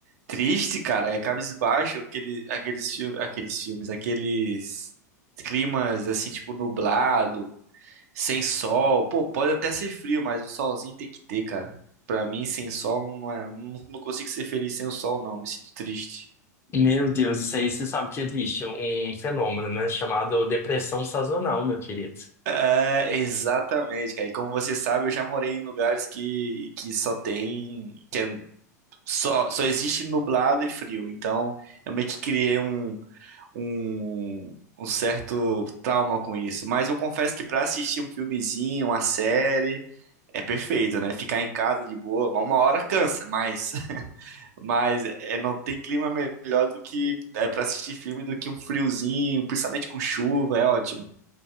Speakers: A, on the right (about 60°); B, on the left (about 25°).
A: Triste, cara, é cabisbaixo aquele, aqueles, fil- aqueles filmes, aqueles climas assim, tipo nublado, sem sol. Pô, pode até ser frio, mas um solzinho tem que ter, cara. Pra mim, sem sol não é, não, não consigo ser feliz sem o sol, não. Me sinto triste.
B: meu Deus, isso aí você sabe que existe um fenômeno, né, chamado depressão sazonal, meu querido.
A: É, exatamente, cara. E como você sabe, eu já morei em lugares que, que só tem, que é, só, só existe nublado e frio. Então, eu meio que criei um um, um certo trauma com isso. Mas eu confesso que pra assistir um filmezinho, uma série, é perfeito, né? Ficar em casa de boa, uma hora cansa, mas, <laughs> mas é, não tem clima melhor do que é para assistir filme do que um friozinho, principalmente com chuva, é ótimo.